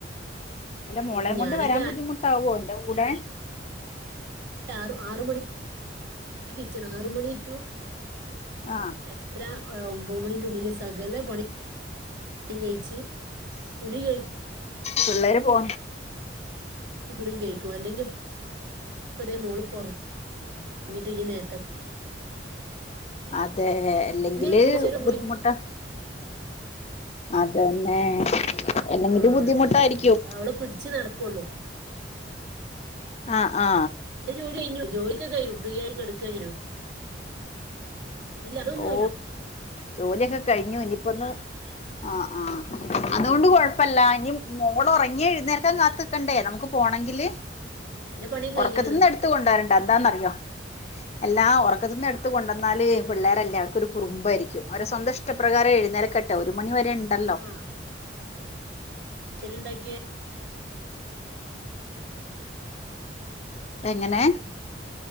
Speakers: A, on the left; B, on the right.
A: അല്ല മോളയും
B: ഉം ഞാനൊക്കെ
A: കൊണ്ട് വരാൻ ബുദ്ധിമുട്ടാവുമോ ഇന്റെ കൂടെ
B: ആ ആറ് മണി ആറ് കിച്ചണ ആറ് മണി ടു
A: ആ
B: എട്ടര ഒമ്പത് മണിന്റെ ഉള്ളിൽ സകല പണി പണിയും കഴിച്ച് കുളികഴി
A: പിള്ളേര് പോ
B: കുളിയും കഴികും അല്ലെങ്കിൽ പ്പതേ മോള്റങ്ങിട്ട് പോ ഇ നേരത്തെ കുളിക്ക.
A: അതെ അല്ലെങ്കിൽ
B: ഇപ്പൊ കുറച്ചേരം
A: ബുദ്ധിമുട്ടാ അതന്നെ അല്ലെങ്കില്
B: ആ
A: ബുദ്ധിമുട്ടായിരിക്കും
B: അതെ അതെ അതെ അവള് പിടിച്ച് നടക്കൊള്ളൂ
A: ആ ആ
B: ഇൻ്റേ ജോലി കഴിഞ്ഞു ജോലിക്കെ കഴിയും ഫ്രീ ആയി കടക്ക ഞാ ഇല്ല അതൊന്നുംല്ല
A: ഓ ജോലിയൊക്കെ കഴിഞ്ഞു ഇനിയിപ്പോ ഒന്ന് ആആ് അതുകൊണ്ട് കൊഴപ്പല്ല ഇനി മോള ഉറങ്ങി എഴുന്നേൽക്കാൻ കാത്ത്ക്കണ്ടേ നമുക്ക് പോ പോണങ്കിൽ
B: എന്റെ പണിയൊക്കെ
A: ഉറക്കത്തിന്ന്
B: കഴിഞ്ഞിക്കണ്
A: എടുത്ത് കൊണ്ടവരണ്ട എന്താന്നറിയോ എല്ലാ ഉറക്കത്തിന്ന് എടുത്ത് കൊണ്ടുന്നാൽ പിള്ളേരെല്ല ആവർക്ക് ഒരു കുറുംബായിരിക്കും അവരെ സ്വന്തം ഇഷ്ടപ്രകാരം യെഴുന്നേൽകേട്ടെ ഒരു മണി വരെ യെ ണ്ടല്ലോ.
B: ആ ചെല്ലുണ്ടാക്കിയ
A: എങ്ങനെ